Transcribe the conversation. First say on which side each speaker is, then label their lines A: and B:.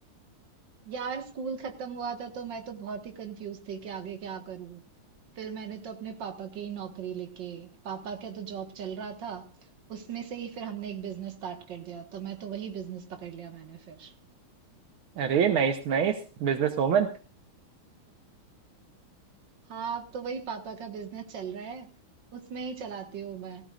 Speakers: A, on the right; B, on the right.
A: यार स्कूल खत्म हुआ था तो मैं तो बहुत ही कंफ्यूज थी कि आगे क्या करूं फिर मैंने तो अपने पापा की ही नौकरी लेके पापा का तो जॉब चल रहा था उसमें से ही फिर हमने एक बिजनेस स्टार्ट कर दिया तो मैं तो वही बिजनेस पकड़ लिया मैंने फिर
B: अरे नाइस नाइस बिजनेस वूमन
A: हाँ अब तो वही पापा का बिजनेस चल रहा है उसमें ही चलाती हूँ मैं